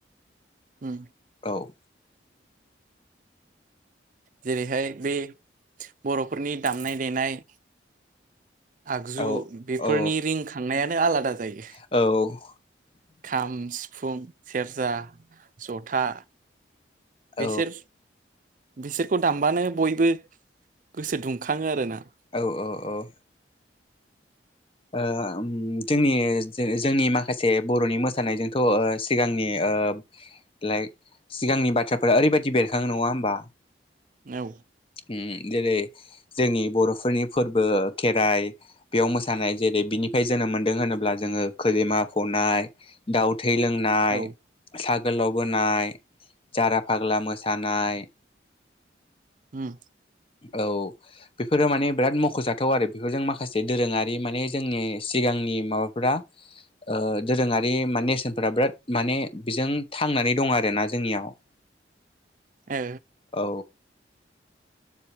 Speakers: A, on the right (about 45°); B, on the left (about 30°).
A: उम
B: औ
A: जेरैहाय बे बर'फोरनि दामनाय देनाय आगजु
B: औ
A: बेफोरनि
B: औ
A: रिंखांनाया आलादा
B: औ
A: जायो खाम सिफुं सेरजा जथा।
B: औ
A: बेसोर बिसोरखौ दामबानो बयबो गोसो दुंखाङो आरोना।
B: औ औ औ ओ जोंनि जोंनि माखासे बर'नि मोसानायजोंथ' ओ सिगांनि ओ लाइक सिगांनि बाथ्राफोरा ओरैबायदि बेरखाङो नङा होमबा
A: औ
B: उम जेरै जोंनि बर'फोरनि फोरबो खेराइ बेयाव मोस सानाय जेरै बिनिफ्राय जोनोम मोनदों होनोब्ला जोङो खैजेमा फ'नाय दाउ थै लोंनाय
A: औ
B: सा गोलाव बोनाय जारा फाग्ला मोसानाय।
A: ओम
B: औ बेफोरो माने बिराद मख'जाथाव आरो बेफोरजों माखासे दोरोङारि माने जोंनि सिगांनि माबाफोरा ओ दोरोङारि मानि नेरसोनफोरा बिराद माने बेजों थांनानै दं आरोना जोंनियाव।
A: औ।
B: औ